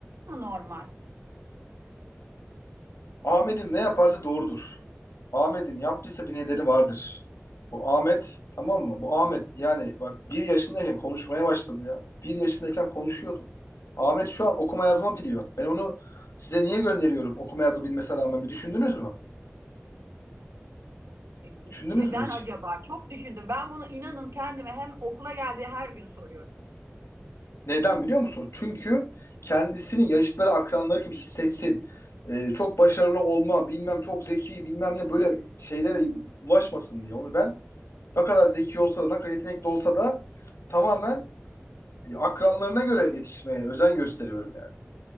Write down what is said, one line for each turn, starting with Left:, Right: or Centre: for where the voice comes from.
Right: mı normal?
Left: Ahmet'im ne yaparsa doğrudur. Ahmet'im yaptıysa bir nedeni vardır. Bu Ahmet tamam mı? Bu Ahmet yani bak bir yaşındayken konuşmaya başladı ya. Bir yaşındayken konuşuyordu. Ahmet şu an okuma yazma biliyor. Ben onu size niye gönderiyorum okuma yazma bilmesine rağmen bir düşündünüz mü?
Right: E,
Left: Düşündünüz
Right: Neden
Left: mü hiç?
Right: acaba? Çok düşündüm. Ben bunu inanın kendime hem okula geldiği her gün soruyorum.
Left: Neden biliyor musunuz? Çünkü kendisini yaşıtları akranları gibi hissetsin. Ee, çok başarılı olma bilmem çok zeki bilmem ne böyle şeylere ulaşmasın diye. Onu ben ne kadar zeki olsa da ne kadar yetenekli olsa da tamamen e, akranlarına göre yetiştirmeye özen gösteriyorum yani.